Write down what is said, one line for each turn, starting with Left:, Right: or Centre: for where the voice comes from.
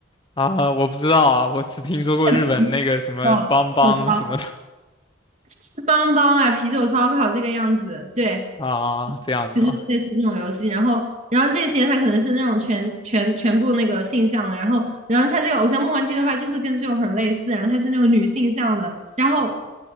Left: 啊，我不知道啊，我只听说过日本那个什么邦邦什么的
Right: <laughs> 在啤酒啤酒烧是邦邦啊，啤酒烧烤这个样子。对，
Left: 啊，这样子吧？
Right: 就是类似这种游戏，然后，然后这些它可能是那种全全全部那个性向的，然后，然后它这个《偶像梦幻祭》的话，就是跟这种很类似，然后它是那种女性向的，然后